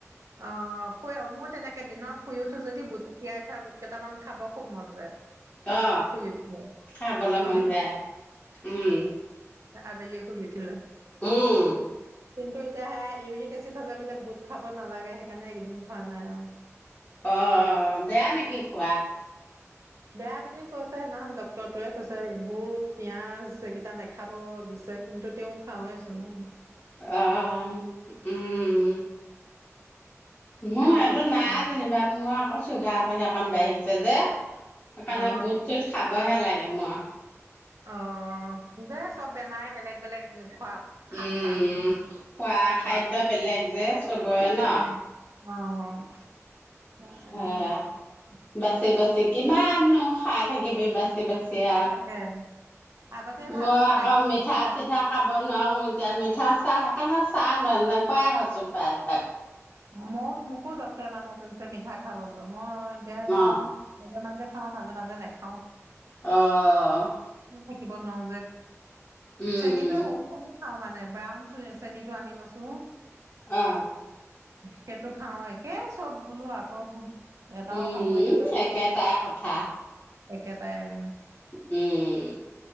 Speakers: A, on the right; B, on the left.
A: অ' শুই অ মইয়ো তেনেকে দিনত শুই উঠো যদি বুট তিয়াই থোৱা বুট কেটামান খাব খুব মন যায়।
B: অ
A: শুই উঠিলে।
B: খাবলৈ
A: অ'।
B: মন যায় উম
A: আবেলি শুই উঠিলে।
B: উম।
A: কিন্তু এতিয়া সে ইউৰিক এচিড হলে বোলে বুট খাব নালাগে সেইকাৰণে এইকেইদিন খোৱা নাই আৰু
B: অ বেয়া নেকি খোৱা
A: বেয়া বুলি কৈছে সদিনাখনন ডক্তৰটোৱে কৈছে বুট পিয়াঁজ সেইকেইটা নেখাব দিছে। কিন্তু তেওঁ খাওঁ ছোন
B: অ অ অ উম উম মোৰ
A: সেইও
B: সেইটো
A: বস্তু
B: নাই যেনিবা মোৰ আকৌ চুগাৰটো সেইকন বাঢ়িছে যে। সেইকাৰণে
A: অ
B: বুট চুত খাবহে লাগে মই
A: অ দে চব বেমাৰে বেলেগ বেলেগ খোৱা খানপান
B: উম খাদ্য
A: খোৱা
B: বেলেগ যে চবৰে
A: অ
B: ন
A: অ অ
B: সেয়া বাচি বাচি কিমাননো খাই থাকিবি বাচি বাচি আও।
A: তাকে আগতে ভাল
B: মই
A: আছিলে
B: আকৌ
A: একো নাছিলে
B: মিঠা চিঠা খাব নোৱাৰো এতিয়া মিঠা চাহ সেইকাৰণে চাহ নে খুৱাই হৈছো পায় ভাক
A: মই মোকো ডক্টৰে মানা কৰিছে মিঠা খাবলৈ মই এতিয়া তেওঁ
B: অ
A: মাজে মাজে। খাও মাজে মাজে নেখাও
B: অ অ অ
A: থাকিব নোৱাৰো যে
B: উম
A: চেনীতো হ নো। অ মানে ব্ৰাউন চ চেনীটো আনি লৈছো।
B: অ
A: সেইটো খাও একে চব বোলো আকৌ। এটাও
B: উম
A: খাবই নাথাকে
B: একেটাই কথা
A: একেটাই‌ আৰু
B: উম